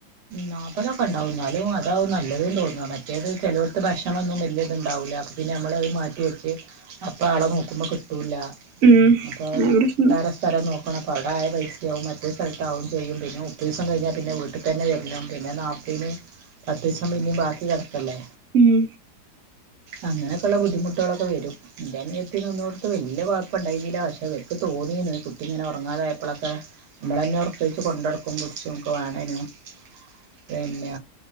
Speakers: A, on the right; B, on the right.
A: നാൽപതൊക്കെ ഇണ്ടാവും ന്നാലും അതാവും നല്ലത് തോന്ന. മറ്റേത് ചെലോടത്തെ ഭക്ഷണം ഒന്നും വല്യ ഇത് ഇണ്ടാവൂല ആവൂല പിന്നെ നമ്മൾ അത് മാറ്റിവെച്ച് അപ്പൊ ആളെ നോക്കുമ്പോ കിട്ടൂല.
B: ഉം
A: അപ്പൊ
B: ഭയങ്കര പ്രശ്നണ്ട്
A: വേറെ സ്ഥലം നോ ക്കണപ്പം അവ്ടെ ആയ പൈസ്യാവും മറ്റേ സ്ഥലത്ത് ആവും ചെയ്യും. പിന്നെ മുപ്പതീസം കഴിഞ്ഞാ പിന്നെ വീ ട്ട്ത്തന്നെ വര്ണം. പിന്നെ നാല്പത് ന് പത്തീസം പിന്നിം ബാക്കി കെട്ക്കല്ലേ.
B: ഉം
A: അങ്ങനെകൊള്ള ബുദ്ധിമുട്ടുകളൊക്കെ വരും. ഇൻ്റെനിയത്തി നിന്നീന്യോട്ത്ത് വല്ല്യ കൊഴപ്പം ഇണ്ടായ്ന്നീല്ല. പക്ഷെ ഇവര്ക്ക് തോന്നി <unintelligible> കുട്ടി ഇങ്ങനെ ഒറങ്ങാതെ ആയപ്പളൊക്കെ നമ്മളയ്‌നെ ഒറക്കൊയിച്ചു കൊണ്ടടക്കും പുട്ച്ചും ഒക്കെ വാണേനും പിന്നെ